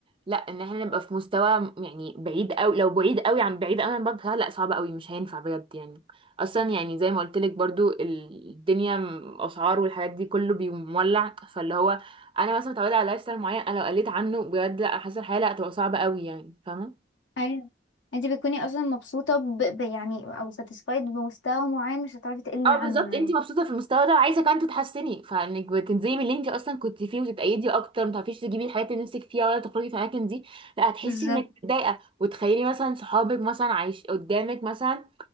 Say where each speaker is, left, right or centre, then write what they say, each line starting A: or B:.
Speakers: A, on the right (about 30°); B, on the left (about 85°).
A: لا ان احنا نبقى في مستوى م- يعني بعيد قوي لو بعيد قوي عن بعيد قوي عن بعض بصراحة لا صعب قوي مش هينفع بجد يعني اصلا يعني زي ما قلت لك برضو ال- الدنيا م- اسعار والحاجات دي كله بيولع فاللي هو انا مثلا متعوده على لايف ستايل معين انا لو قلت عنه بجد لا حاسه الحياه لا هتبقى صعبه قوي يعني فاهمه
B: ايوه انت بتكوني اصلا مبسوطة ب... ب... يعني او ساتيسفايد بمستوى معين مش هتعرفي تقلي
A: اه
B: عنه
A: بالظبط انت
B: يعني
A: مبسوطه في المستوى ده وعايزه كمان تتحسني فانك بتنزلي من اللي انت اصلا كنت فيه وتتأيدي اكتر ما تعرفيش تجيبي الحاجات اللي نفسك فيها ولا تخرجي في الاماكن دي لا هتحسي
B: بالظبط
A: انك متضايقه وتخيلي مثلا صحابك مثلا عايش قدامك مثلا